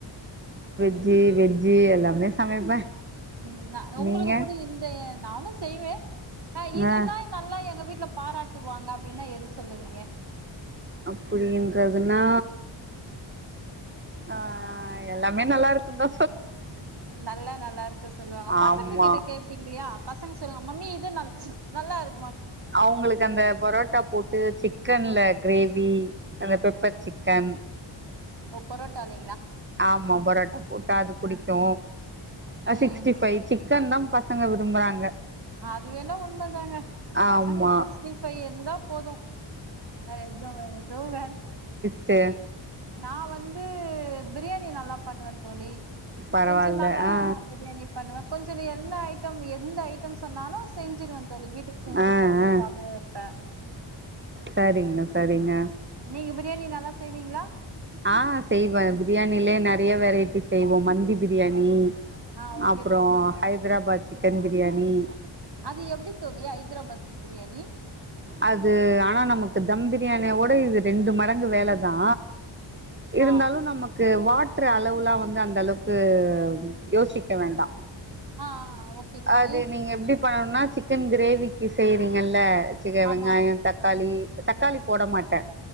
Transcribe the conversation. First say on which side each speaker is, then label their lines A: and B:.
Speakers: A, on the right; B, on the right.
A: ஜ்ஜி வெஜ்ஜி எல்லாமே சமைப்பே
B: ம் நா உங்களுக்கு
A: நீங்க
B: புடி இந்த நானு செய்வே ஆனா இதுன்னா
A: ஆ
B: நல்லா எங்க வீட்ல பாராட்டுவாங்க அப்டின்னா எது சொல்லுவீங்க
A: அப்டின்ற துனா ஆ எல்லாமே நல்லா இருக்குன்தா
B: நல்லா நல்லா இருக்கு சொல்லுவாங்க பசங்கக்கிட்ட
A: ஆமா
B: கேப்பீங்ளையா பசங் சொல்லுங்க மம்மி இது நல் நல்லா இரு
A: அவுங்களுக்கு அந்த பரோட்டா போட்டு சிக் கன்ல க்ரேவி அந்த பெப்பர் சிக்கன்
B: ஓ பரோட்டாலெ
A: ஆமா பரோட்டா போட்டா அது புடிக்கு
B: ஆ
A: அ
B: ம்
A: சிக்ஸ்டி
B: ம்
A: ஃபை சிக்கன் தா பசங்க விரும்புறாங்க
B: அது வேணா உண்ணமதாங்க
A: ஆமா
B: பசங்க சிக்ஸ்டி ஃபை இருந்தா போது வேற எது வ எது வேண்
A: சே
B: நா வந்து பிரியாணி நல்லாப் பண்ணுவந்தோழி
A: பரவால்ல
B: கொஞ்சோ நல்லா
A: ஆ
B: பிரியாணி பண்ணுவ கொஞ்சோ ந எல்லா ஐ ட்டம் எந்த ஐட்டம் சொன்னாலு செஞ்சிருவ தோழி வீட்டுக் செஞ்சு
A: ஆ
B: போட்டு
A: ஆ
B: சாப்ட வப்ப
A: சரிங்க சரிங்க
B: நீங்க பிரியாணி நல்லா செய்வீங்ளா
A: ஆ செய்வ பிரியாணிலயே நறைய வெரைட்டி செய்வோ மந்தி பிரியாணி
B: ஆ ஓகே
A: அப்பறவ
B: தோழி
A: ஹைத்ராபாத் சிக்கன் பிரியாணி
B: அது எப்டி தோழி ஐத்ராபாத் பிரியாணி
A: அது ஆனா நமக்கு தம் பிரியாணியோட இது ரெண்டு மடங்கு வேலதா இருந்தாலு
B: ஆ ஆ
A: நமக்கு வாட் ட்ரு அளவுலா வந்து அந்த அளவுக்கு யோசிக்க வேண்டா
B: ஆ ஆ ஓகே தோழி
A: அது நீங்க எப்டி பண்ணணுன்னா சிக்கன் க்ரேவிக்கி செய்றீங்கல்ல சின்ன
B: ஆமா
A: வெங்காயொ தக்காளி தக்காளி போட மாட்ட